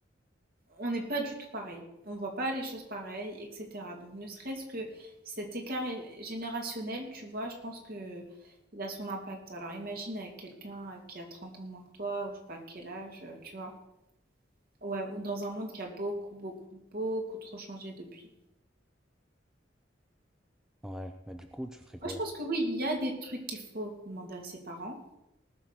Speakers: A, on the right (about 55°); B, in the centre.
A: on n'est pas du tout pareil. On voit pas les choses pareilles, etc. Donc ne serait-ce que cet écart générationnel, tu vois, je pense que il a son impact. Alors imagine avec quelqu'un euh, qui a 30 ans moins que toi, ou je sais pas quel âge, euh, tu vois. Ouais, ou dans un monde qui a beaucoup, beaucoup, beaucoup trop changé depuis.
B: Ouais, mais du coup, tu ferais quoi?
A: Moi, je pense que oui, il y a des trucs qu'il faut demander à ses parents,